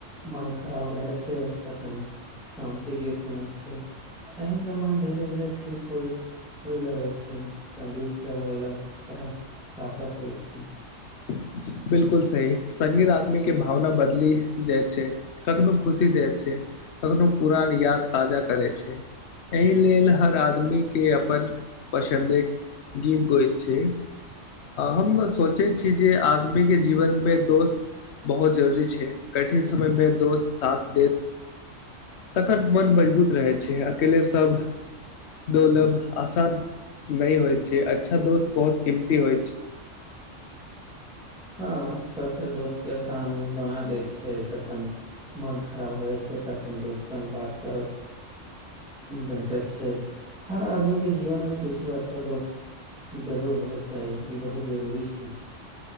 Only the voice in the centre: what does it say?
मन खराब रहै छै तखन शान्ति गीत सुनै छै एहिसँ मन धीरे धीरे ठीक होय होय लगैत छै सगीत से अलग अलग तरह ताकत होइ छै
हँ सच दोस्त के आसान बना दै छै जखन मन खराब रहै छै तखन दोस्त संग बात करत भेटैत छै हर आदमीके जीवनमे किछो अच्छा दोस्त जरूर होबयके चाही ई बहुत जरूरी छै